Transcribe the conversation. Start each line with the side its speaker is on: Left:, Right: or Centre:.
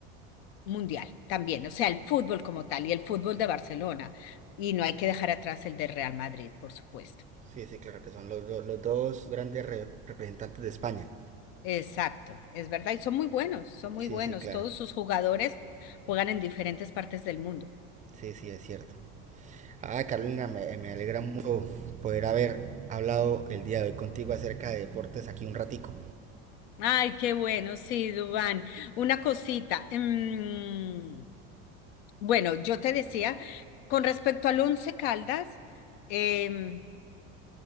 Left: mundial también, o sea, el fútbol como tal y el fútbol de Barcelona, y no hay que dejar atrás el de Real Madrid, por supuesto.
Right: Sí, sí, claro, que son los, do- los dos grandes re- representantes de España.
Left: Exacto, es verdad, y son muy buenos, son muy
Right: Sí,
Left: buenos,
Right: sí, claro.
Left: todos sus jugadores juegan en diferentes partes del mundo.
Right: Sí, sí, es cierto. Ah, Carolina, me, me alegra mucho poder haber hablado el día de hoy contigo acerca de deportes aquí un ratico.
Left: Ay, qué bueno, sí, Dubán. Una cosita. mm, Bueno, yo te decía, con respecto al Once Caldas, em,